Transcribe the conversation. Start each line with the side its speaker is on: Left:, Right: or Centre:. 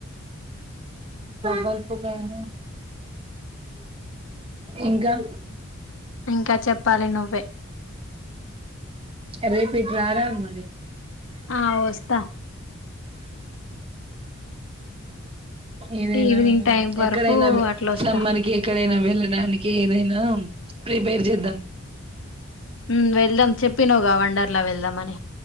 Right: గల్పునా ఇంకా
Left: ఇంకా చెప్పాలి నువ్వే
Right: అదే పెట్నర మరి
Left: ఆ వస్తా
Right: ఏదైనా
Left: ఈవినింగ్
Right: మ్మ్
Left: టైం వరకు
Right: ఎక్కడైనా
Left: అట్లా వస్తా
Right: సమ్మానికి ఎక్కడైనా వెళ్ళడానికి ఏదైనా ప్రిపేర్ చేద్దాం
Left: మ్మ్ వెళ్దాం చెప్పినాగా వండర్లా వెళ్దాం ధమనే